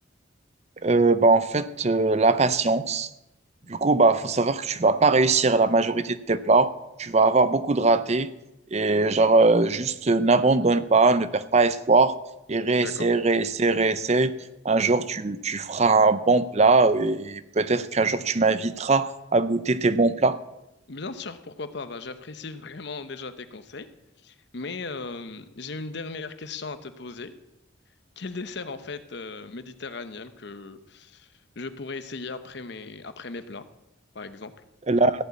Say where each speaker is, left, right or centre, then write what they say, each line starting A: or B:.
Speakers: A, on the right; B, on the left.
A: Euh, bah, en fait, euh, la patience. Du coup, bah, faut savoir que tu vas pas réussir la majorité de tes plats. Tu vas avoir beaucoup de ratés. Et genre, euh, juste euh, n'abandonne pas, ne perds pas espoir. Et réessaie,
B: D'accord.
A: réessaie, réessaie. Un jour, tu, tu feras un bon plat. Et peut-être qu'un jour, tu m'inviteras à goûter tes bons plats.
B: Bien sûr, pourquoi pas. Bah, j'apprécie <laughs> vraiment déjà tes conseils. Mais euh, j'ai une dernière question à te poser. Quel dessert en fait euh, méditerranéen que je pourrais essayer après mes, après mes plats, par exemple?
A: La,